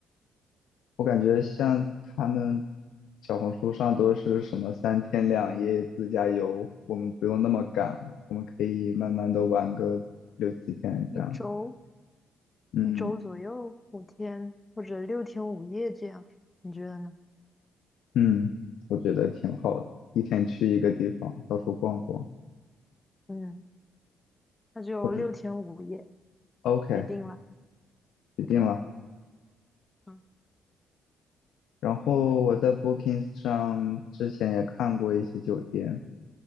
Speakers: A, on the left; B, on the left.
A: 我感觉像他们小红书上都是什么三天两夜自驾游，我们不用那么赶，我们可以慢慢的玩个六七天这样。
B: 一周
A: 嗯
B: 周左右五天或者六天五夜这样，你觉得呢？
A: 嗯，我觉得挺好的，一天去一个地方，到处逛逛。
B: 嗯，那就六天五夜
A: 我这 OK
B: 决定了。
A: 决定了。
B: OK，嗯
A: 然后我在 Bookings 上之前也看过一些酒店，